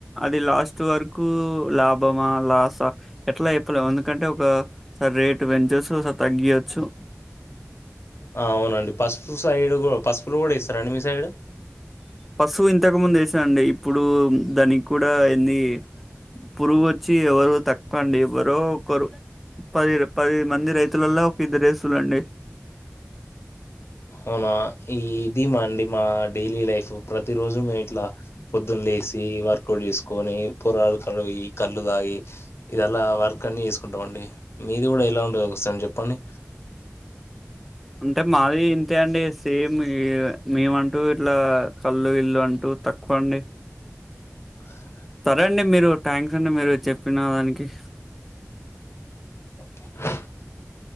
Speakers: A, in the centre; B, on the left.
A: అది లాస్ట్ ట్ వరకు లాభమా లాసా ఎట్లా అయిపోలే ఎందుకంటే ఒకసారి రేటు పెంచొచ్చు ఒసారి తగ్గియచ్చు
B: అవునండి పసుపు సైడ్ పసుపు ఫ్లోడ్ ఎస్తార అండి మీ సైడ్
A: పసువు ఇంతకు ముందు వేసాండి ఇప్పుడు దానికి కూడా ఏంది పురుగు వచ్చి ఎవరు తకువండి ఎవరో ఒకరు పది పది మంది రైతులలో ఒక ఇద్దరేస్తుల్లండి
B: అవునా ఈ ఇదిమా అండి మా డైలీ లైఫ్ ప్రతి రోజు మేము ఇట్లా పొద్దున్న లేసి వర్కౌట్ చేసుకొని పొరాలు కల కళ్ళు తాగి ఇదిలా వర్క్ అన్ని చేసుకుంటాం అండి మీది కూడా ఎలా ఉంటుంది ఒకసారి చెప్పండి
A: అంటే మాది ఇంతే అండి సేమ్ మేము అంటూ ఇట్లా కళ్ళు ఇల్లు అంటూ తక్కువ అండి
B: <inaudible>
A: సరే అండి మీరు థ్యాంక్స్ అండి మీరు చెప్పిన దానికి
B: ఓకే